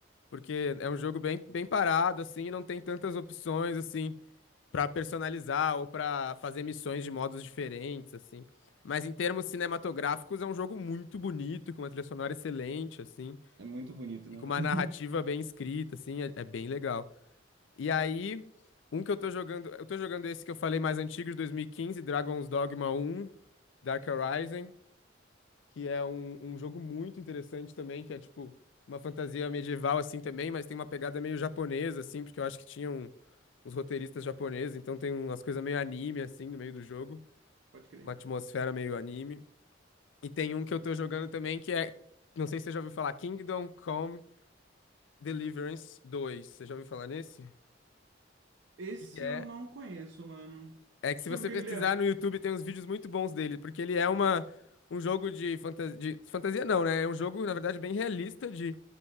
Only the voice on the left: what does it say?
Porque é um jogo bem, bem parado, assim, não tem tantas opções, assim, pra personalizar ou pra fazer missões de modos diferentes, assim. Mas em termos cinematográficos, é um jogo muito bonito, com uma trilha sonora excelente, assim,
e com uma
narrativa bem escrita, assim, é, é bem legal. E aí, um que eu tô jogando, eu tô jogando esse que eu falei mais antigo, de 2015, Dragon's Dogma um, Dark Horizon que é um, um jogo muito interessante também, que é tipo uma fantasia medieval assim também, mas tem uma pegada meio japonesa assim, porque eu acho que tinham uns roteiristas japoneses, então tem umas coisas meio anime assim no meio do jogo,
uma atmosfera meio anime. E tem um que eu tô jogando também que é, não sei se você já ouviu falar, Kingdom Come Deliverance dois Você já ouviu falar nesse?
Que é
É que
se você
pesquisar
no YouTube tem uns vídeos muito bons dele, porque ele é uma, um jogo de, fanta- de fantasia não, né? É um jogo, na verdade, bem realista de